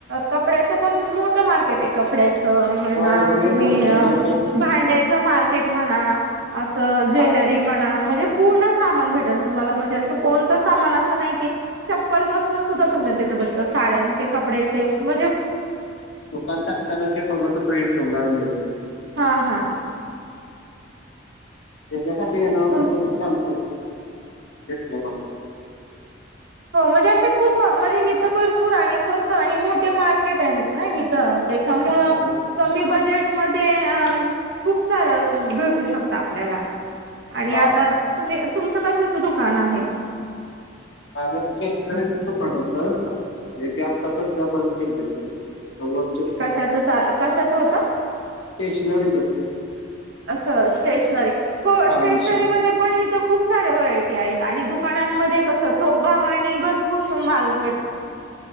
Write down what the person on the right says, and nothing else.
कपड्याच पण मोठं मार्केट आहे. कपड्याचं म्हणणार
तुम्ही,
भांड्याचं मार्केट म्हणा, असं ज्वेलरी
म्हणा म्हणजे. पूर्ण सामान भेटेल तुम्हाला, म्हणजे असं कोणतं सामान असं नाही की. चप्पल बसनं सुद्धा तुम्ही देत फघत साड्यांचे कपड्याचे म्हणजे?
हा हा,
तुम
हो, म्हणजे असे खूप म्हणजे इिथं भरपूर आणि स्वस्त आणि मोठे मार्केट आहेत ना इिथं. त्याच्यामुळं,
कमी बजेट मध्ये, अ खूप सारं भेटू शकता आपल्याला. आणि,
आता
तुम्ही तुमच कशाचं दुकान आहे?
कशाच च.. कशाचं होत
असं, स्टेशनरी हो
स्टेशनरी
म पण इथ खूप सारे व्हरायटी आहेत. आणि दु दुकानामध्ये कस थोकभव आणि भरपूर माल भेटतो?